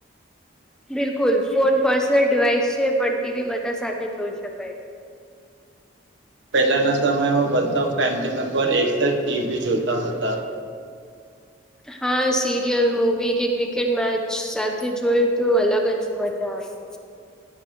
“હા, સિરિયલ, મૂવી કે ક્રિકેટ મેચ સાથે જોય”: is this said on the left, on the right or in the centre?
Centre